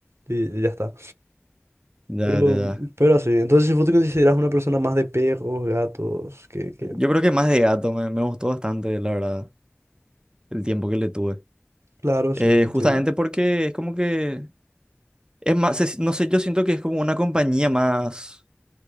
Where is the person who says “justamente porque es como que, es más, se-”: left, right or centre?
Right